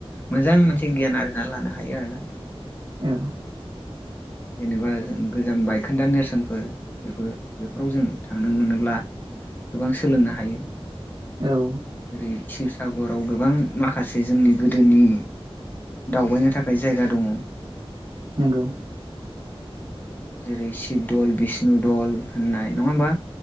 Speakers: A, on the left (about 20°); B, on the right (about 45°).
A: मोजां मोनसे गियान आरजिनानै लानो हायो आरोना।
B: औ।
A: जेनेबा जों गोजाम बायखोन्दा नेरसोनफोर बेफोर-बेफोराव जों थांनो मोनोब्ला गोबां सोलोंनो हायो।
B: औ
A: जेरै शिबसागराव गोबां माखासे जोंनि गोदोनि दावबायनो थाखाय जायगा दङ।
B: नंगौ
A: जेरै शिब दल, बिष्णु दल, होननाय नङा होमबा